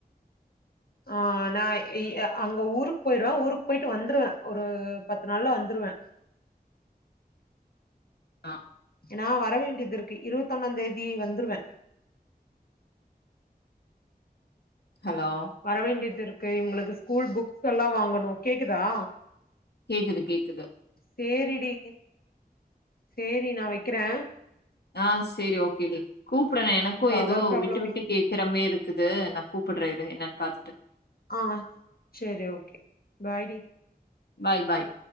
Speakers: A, on the left; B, on the left.
A: ஆ நா இ அ அங்க ஊருக் போய்டுவே ஊருக் போய்ட்டு வந்துருவே ஒரு பத்து நாள்ல வந்துருவே <inaudible>
B: ஆ
A: நா வரவேண்டியதிருக்கு இருவத்தொன்னாந்தேதி வந்துருவே
B: ஹலோ
A: வரவேண்டியதிருக்கு இவுங்களுக்கு ஸ்கூல் புக்ஸ் எல்லா வாங்கணு கேக்குதா
B: கேக்குது கேக்குது
A: சேரிடி சேரி நா வெக்கறே
B: ஆ சேரி ஓகேடி கூப்பட்றே எனக்கு
A: டவர்
B: எதோ
A: ப்ராப்ளமா
B: விட்டு விட்டு கேக்கற மேர்ரு க்குது நா கூப்பட்ற இரு என்னன் பாத்துட்டு
A: ஆமா சேரி ஓகே பாய்டி
B: பாய் பாய்